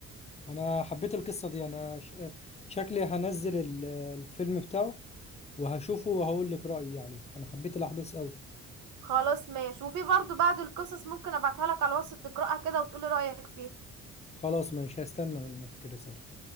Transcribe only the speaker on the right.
خلاص ماشي وفي برضو بعض القصص ممكن ابعتها لك على الواتس تقراها كده وتقولي رأيك فيها